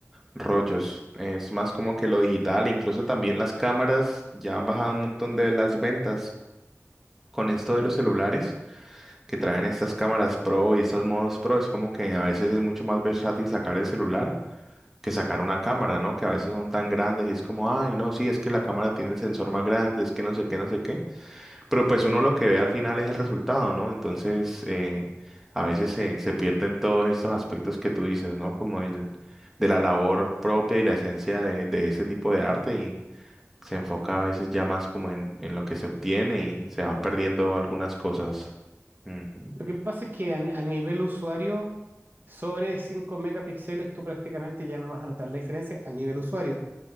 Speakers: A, in the centre; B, on the right (about 40°).
A: rollos. Es más como que lo digital, incluso también las cámaras ya han bajado un montón de las ventas con esto de los celulares. que traen estas cámaras pro y estos modos pro, es como que a veces es mucho más versátil sacar el celular que sacar una cámara, ¿no? Que a veces son tan grandes y es como, ay, no, sí, es que la cámara tiene el sensor más grande, es que no sé qué, no sé qué. Pero pues uno lo que ve al final es el resultado, ¿no? Entonces, eh, a veces se, se pierden todos estos aspectos que tú dices, ¿no? Como el de la labor propia y la esencia de, de ese tipo de arte y se enfoca a veces ya más como en, en lo que se obtiene y se van perdiendo algunas cosas. Ujú.
B: Lo que pasa es que a, a nivel usuario, sobre 5 megapíxeles tú prácticamente ya no vas a notar la diferencia a nivel usuario.